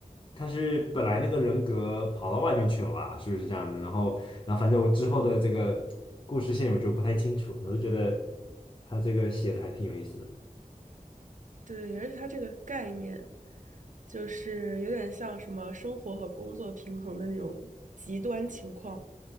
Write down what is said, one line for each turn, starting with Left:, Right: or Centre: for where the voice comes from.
Left: 她是本来那个人格跑到外面去了吧？是不是这样的？然后，然后反正我之后的这个故事线我就不太清楚，我就觉得她这个写的还挺有意思的。
Right: 对，而且它这个概念，就是有点像什么生活和工作平衡的那种极端情况，